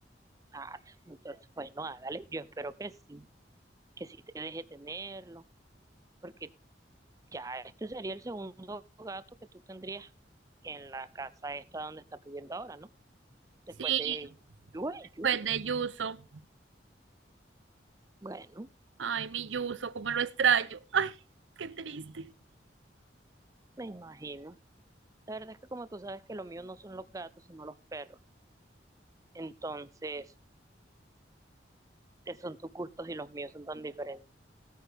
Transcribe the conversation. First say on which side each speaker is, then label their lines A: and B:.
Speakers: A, on the right (about 20°); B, on the right (about 80°).
A: Ah, entonces, bueno, hágale. Yo espero que sí, que sí te deje tenerlo, porque ya este sería el segundo gato que tú tendrías en la casa esta donde estás viviendo ahora, ¿no? Después
B: Sí,
A: de Yue Yusi.
B: pues de Yuso.
A: Bueno,
B: Ay, mi Yuso, cómo lo extraño. Ay, qué triste.
A: me imagino. La verdad es que como tú sabes que lo mío no son los gatos, sino los perros. Entonces, esos son tus gustos y los míos son tan diferentes.